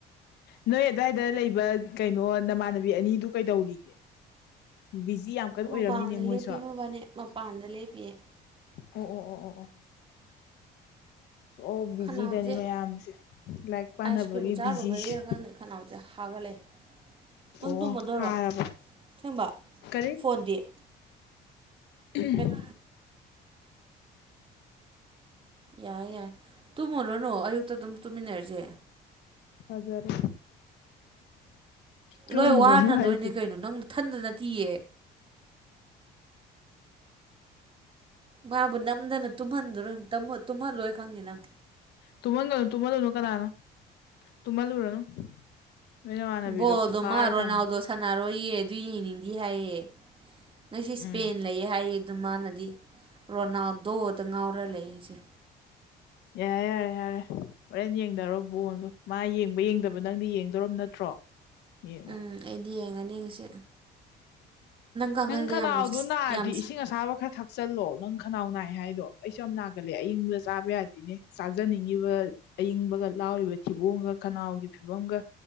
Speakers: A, on the left; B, on the right.
A: ꯅꯣꯏ ꯑꯗꯥꯏꯗ ꯂꯩꯕ ꯀꯩꯅꯣ ꯅꯃꯥꯟꯅꯕꯤ ꯑꯅꯤꯗꯨ ꯀꯩꯗꯧꯔꯤꯒꯦ꯫ ꯕꯤꯖꯤ ꯌꯥꯝ ꯀꯟ ꯑꯣꯏꯔꯝꯅꯤꯅꯦ
B: ꯃꯄꯥꯟꯗ
A: ꯃꯣꯏꯁꯨ
B: ꯂꯦꯞꯄꯤ
A: ꯑꯣ
B: ꯃꯕꯥꯅꯤ ꯃꯄꯥꯟꯗ ꯂꯦꯞꯄꯤꯌꯦ
A: ꯑꯣ ꯑꯣ ꯑꯣ ꯑꯣ꯫ ꯑꯣ ꯕꯤꯖꯤꯗꯅꯤ
B: ꯈꯅꯥꯎꯁꯦ
A: ꯃꯌꯥꯝꯁꯦ ꯂꯥꯏꯔꯤꯛ ꯄꯥꯅꯕꯒꯤ
B: ꯑꯥꯏꯁ ꯀ꯭ꯔꯤꯝ ꯆꯥꯔꯨꯕꯗꯔ
A: ꯕꯤꯖꯤꯁꯦ
B: ꯈꯪꯗ ꯈꯅꯥꯎꯁꯦ ꯍꯥꯒꯠꯂꯦ꯫ ꯅꯪ
A: ꯑꯣ
B: ꯇꯨꯝꯃꯗꯣꯏꯔꯣ
A: ꯍꯥꯔꯕ
B: ꯊꯦꯡꯕ
A: ꯀꯔꯤ
B: ꯐꯣꯟꯗꯤ꯫ <inaudible>
A: ꯎꯝ꯫
B: ꯎꯝ꯫ ꯌꯥꯏ ꯌꯥꯏ ꯇꯨꯝꯃꯨꯔꯅꯨ ꯑꯌꯨꯛꯇ ꯑꯗꯨꯝ ꯇꯨꯝꯃꯤꯟꯅꯔꯁꯦ꯫
A: ꯐꯖꯔꯦ ꯇꯨꯝꯃꯨꯔꯅꯨ
B: ꯂꯣꯏ ꯋꯥꯅꯗꯣꯏꯅꯦ
A: ꯍꯥꯏꯁꯦ
B: ꯀꯩꯅꯣ ꯅꯪꯊꯟꯗꯅꯠꯇꯤꯌꯦ꯫ ꯃꯥꯕꯨ ꯅꯝꯗꯅ ꯇꯨꯝꯍꯟꯗꯔꯣꯏ ꯇꯃ ꯇꯨꯝꯍꯜꯂꯣꯏ ꯈꯪꯅꯤ ꯅꯪ꯫
A: ꯇꯨꯝꯍꯟꯒꯅꯨ ꯇꯨꯝꯍꯟꯂꯨꯅꯣ ꯀꯅꯥꯅꯣ꯫ ꯇꯨꯝꯃꯜꯂꯨꯔꯅꯨ ꯅꯣꯏꯅꯃꯥꯟꯅꯕꯤꯗꯣ
B: ꯕꯣꯜꯗꯣ
A: ꯐꯥꯔ
B: ꯃꯥ ꯔꯣꯅꯥꯜꯗꯣ
A: ꯊꯝꯃ
B: ꯁꯥꯟꯅꯔꯣꯏꯌꯦ ꯑꯗꯨ ꯌꯦꯡꯅꯤꯡꯗꯤ ꯍꯥꯏꯌꯦ ꯅꯪꯁꯤ ꯏꯁꯄꯦꯟ
A: ꯎꯝ
B: ꯂꯩꯌꯦ ꯍꯥꯏꯌꯦ꯫ ꯗꯨ ꯃꯥꯅꯗꯤ ꯔꯣꯅꯥꯜꯗꯣꯇ ꯉꯥꯎꯔ ꯂꯩ ꯑꯩꯁꯦ꯫
A: ꯌꯥꯌꯦ ꯌꯥꯔꯦ ꯌꯥꯔꯦ ꯍꯣꯔꯦꯟ ꯌꯦꯡꯗꯔꯣ ꯕꯣꯟꯗꯣ ꯃꯥ ꯌꯦꯡꯕ ꯌꯦꯡꯗꯕ ꯅꯪꯗꯤ ꯌꯦꯡꯗꯣꯔꯕ ꯅꯠꯇ꯭ꯔꯣ ꯌꯦꯡꯉꯣ
B: ꯎꯝ ꯑꯩꯗꯤ ꯌꯦꯡꯉꯅꯤ ꯉꯁꯤ ꯀꯥꯡꯈꯟꯒ
A: ꯅꯪ ꯈꯅꯥꯎꯗꯣ
B: ꯌꯥꯝ
A: ꯅꯥꯔꯗꯤ
B: ꯌꯥꯝ
A: ꯏꯁꯤꯡ ꯑꯁꯥꯕ ꯈꯔ ꯊꯛ ꯆꯜꯂꯣ ꯅꯪ ꯈꯅꯥꯎ ꯅꯥꯏ ꯍꯥꯏꯗꯣ ꯑꯩꯁꯨ ꯌꯥꯝ ꯅꯥꯒꯜꯂꯦ ꯑꯌꯤꯡꯕꯗ ꯆꯥꯕ ꯌꯥꯗꯦꯅꯦ ꯆꯥꯖꯅꯤꯡꯉꯤꯕ ꯑꯌꯤꯡꯕꯒ ꯂꯥꯎꯔꯤꯕ ꯊꯤꯕꯣꯡꯒ ꯀꯅꯥꯎꯒꯤ ꯐꯤꯕꯝꯒ